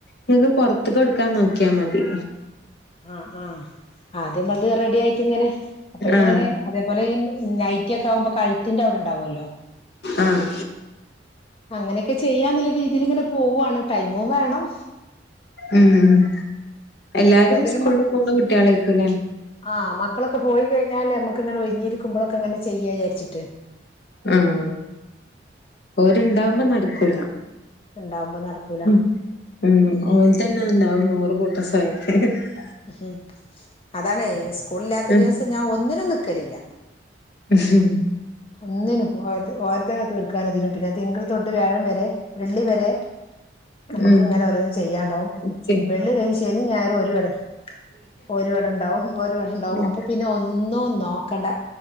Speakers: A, on the left (about 60°); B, on the left (about 30°).
A: നിങ്ങക്ക് പൊറത്തക്ക് കൊടുക്കാൻ നോക്കിയാ മതി
B: ആഹ് ആഹ് ആദ്യ നമ്മൾത് റെഡി ആയിട്ട് ഇങ്ങനെ അപ്പൊ ഇങ്ങനെ
A: ആഹ്
B: അതേപോലെ നൈറ്റി ഒക്ക ആകുമ്പൊ കഴുത്തിന്റെ അവിടെണ്ടാവുമല്ലോ
A: ആഹ്
B: അങ്ങനെയൊക്കെ ചെയ്യാന്നല്ല രീതിൽ ഇങ്ങനെ പോവാണ് ടൈമും വേണം
A: ഉം എല്ലാരും
B: ഏതേലും
A: സ്കൂളിൽ പോകുന്ന കുട്ടികളേക്കുംല്ലേ
B: ആഹ് മക്കളൊക്കെ പോയികഴിഞ്ഞാല് നമ്മക്ക്ങ്ങനെ ഒഴിഞ്ഞിരിക്കുമ്പോക്കെ അങ്ങനെ ചെയ്യാ വിചരിച്ചിട്ട്
A: ഉം ഓര് ഇണ്ടാവുമ്പോ നടക്കൂല
B: ഉണ്ടാവുമ്പോ നടക്കൂല
A: ഉം ഉം ഓൽതന്നെണ്ടാവും നൂറ് കൂട്ട <unintelligible>
B: ഉം അതാണ് സ്കൂളില്ലാത്ത
A: ഉം
B: ദിവസം ഞാൻ ഒന്നിനും നിക്കലില്ല
A: ഉം
B: ഒന്നിനും ഓരത് ഓരതന്നെ തീർക്കാനും തെരും പിന്നെ തിങ്കൾ തൊട്ട് വ്യാഴം വരെ വെള്ളി വരെ നമ്മക്ക്
A: ഉം
B: ഇങ്ങനെ ഓരോന്നും ചെയ്യാണ്ടാവും
A: ഉം ശരി.
B: വെള്ളി കഴിഞ്ഞ ശനി ഞായറും ഓര് ഇവ്ടെ ഓര് ഇവടെ ഇണ്ടാവും ഓര് ഇവടെണ്ടാവും
A: ഉം
B: അപ്പൊ പിന്നെ ഒന്നും നോക്കണ്ട